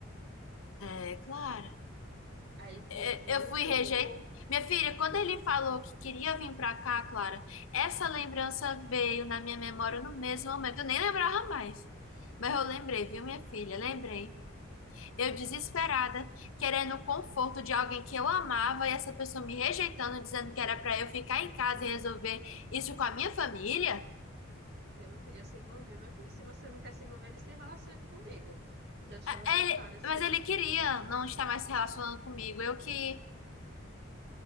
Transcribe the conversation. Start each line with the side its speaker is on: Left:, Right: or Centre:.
Left: É, Clara,
Right: aí ele fugiu,
Left: é, eu fui
Right: pulou,
Left: rejeitada. Minha filha, quando ele falou que queria vir para cá, Clara, essa lembrança veio na minha memória no mesmo momento. Eu nem lembrava mais. Mas eu lembrei, viu, minha filha? Lembrei. Eu desesperada, querendo o conforto de alguém que eu amava e essa pessoa me rejeitando, dizendo que era para eu ficar em casa e resolver isso com a minha família.
Right: eu não queria se envolver, mas eu falei, se você não quer se envolver, ele se relaciona comigo. Já deixava bem
Left: Ele-
Right: claro assim,
Left: mas ele queria não estar mais se relacionando comigo. Eu que.